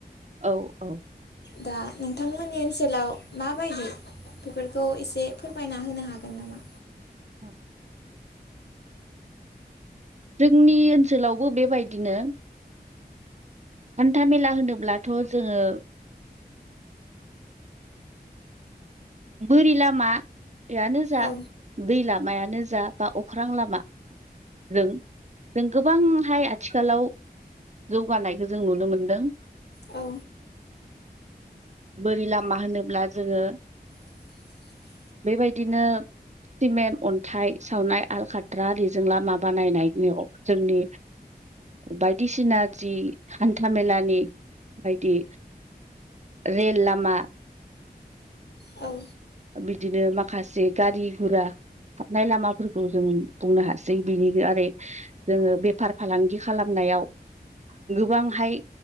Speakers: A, on the right; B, on the left.
A: औ औ
B: दा नोंथांमोन- नि ओनसोलाव माबायदि बेफोरखौ एसे फोरमायना होनो हागोन नामा?
A: औ जोंनि ओनसोलावबो बेबायदिनो हान्था मेला होनोब्लाथ' जोङो बोरि लामायानो जा
B: औ
A: दै लाम मायानो जा बा अख्रां लामा रों जों गोबांहाय आथिखालाव जौगानायखौ जों नुनो मोनदों।
B: औ
A: बोरि लामा होनोब्ला जोङो
B: <inaudible>
A: बेबायदिनो सिमेन्ट अन्थाइ सावनाय आल खाथ्रा आरिजों लामा बानायनायव जोंनि बायदिसिना जि हान्था मेलानि बायदि रेल लामा
B: औ
A: बिदिनो माखासे गारि फोरा हाबनाय लामाफोरखौ जों बुंनो हासै बिनि आरो जोङो बेफार फालांगि खालामनाय नायाव गोबांहाय